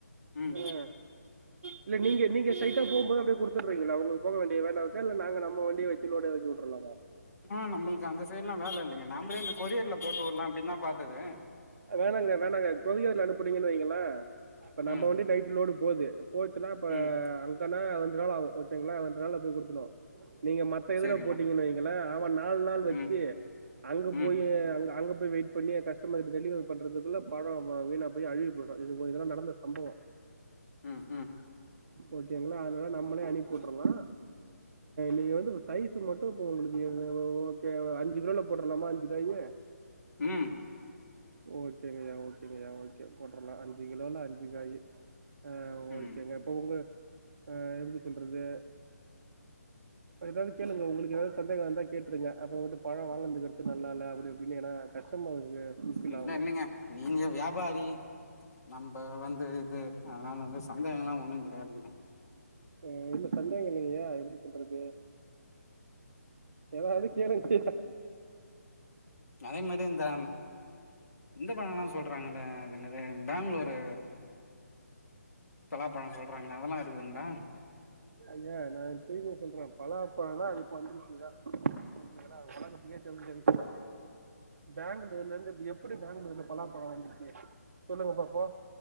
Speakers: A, on the left; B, on the right.
A: ம்
B: அ இல்ல நீங்க நீங்க சைட்டா போம்போது அப்டியே குடுத்துடுறீங்களா உங்க போக வேண்டிய வேல இருக்கா இல்ல நாங்க நம்ம வண்டிய வச்சு ச்சி லோடு எறக்கி வுட்ருலாமா
A: ம் நம்மளுக்கு அந்த சைட்ல்லா வேல இல்லைங்க நாம்பளே இந்த கொரியர்ல போட்டுவுர்லா அப்டின் தா பாத்தது
B: வேணாங்க வேணாங்க கொரியர்ல அனுப்புனீங்கன்னு வைங்கள இப்ப நம்ம
A: ம்
B: வண்டி நைட் லோடு போது போச்சுன்னா இப்ப
A: ம்
B: அங்கன்னா ரெண்டு நாள் ஆவு ஓகேங்களா ரெண்டு நாள்ள போய் குடுத்துருவோ நீங்க மத் மத்த இதுல
A: சேரிங்க
B: போட்டீங்கன்னு வைங்களே அவன் நாலு நாள் வச்சி
A: ம்
B: அங்க
A: ம்
B: போய்யி அங்க போய் வெயிட் இப்ப நீ கஸ்டமர் டெலிவரி பண்றதுக்குள்ள பழம் வீனா போய் அழுவி போய்டு இது இதெல்லா நடந்த சம்பவொ
A: ம் ம்
B: ஓகேங்களா அதனால நம்மளே அனுப்பி வுட்ரலா நீங்க வந்து சைஸ் ஸு மட்டு இப்ப உங்களுக்கு ஓகே அஞ்சு கிலோல போட்ரலாமா அஞ்சு காயி
A: ம்
B: ஓகேங்கயா ஓகேங்கயா ஓகே போட்றலா அஞ்சு கிலோல அஞ்சு காயி ஆ ஓகேங்க
A: ம்
B: இப்போ உங்க அ எப்டி சொல்றது எதாவ்து கேளுங்க உங்களுக்கு எதாவ்து சந்தேகொ இருந்தா கேட்ருங்க அப்பறோ வந்துட்டு பழொ வாங்கினதுக்கு அடுத்து நல்லால்ல அப்டிப்டினு ஏன்னா கஸ்டமருக்கு ஃபுல்ஃபில்
A: இன்ன
B: ஆகணும்
A: இல்லங்க நீங்க வியாபாரி நம்ப வந்து இது அதனால வந்து சந்தேகல்லா ஒண்ணு கெடையாதுங்க
B: அ இல்ல சந்தேங்க இல்லைங்கயா எப்டி சொல்றது எதாவ்து கேளுங்கய்யா
A: அதே மாதிரி இந்த இந்த பழம்லா சொல்றாங்களே அது என்னது பேங்ளூறு பலா பழம் சொல்றாங்களே அதெல்லா இருக்குதுங்களா
B: ஐய்யா நா திரும்பியு சொல்றே பழா பழனா அது பண்ருட்டிதா புரிஞ்சுதுங்களா அது ஒலகத்துக்கே தெரிஞ்ச விஷயொ பேங்களூர்ல இருந்து எப்டி எப்படி பேங்ளூர்லந்து பலா பழம் வந்துச்சி சொல்லுங்க பாப்போ